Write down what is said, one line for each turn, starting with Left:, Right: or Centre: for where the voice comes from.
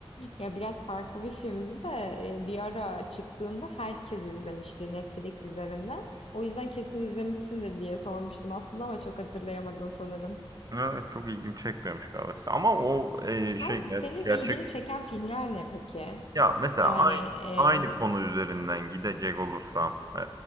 Left: Ya biraz farklı bir filmdi de e, bir ara çıktığında herkes izlemişti Netflix üzerinden. O yüzden kesin izlemişsindir diye sormuştum aslında ama çok hatırlayamadın sanırım.
Right: Evet çok ilgimi çekmemiş galiba. Ama o e, şey
Left: Sen,
Right: ger-
Left: senin
Right: gerçek
Left: ilgini çeken filmler ne peki?
Right: ya mesela
Left: Yani
Right: aynı
Left: e,
Right: aynı konu üzerinden gidecek olursam e,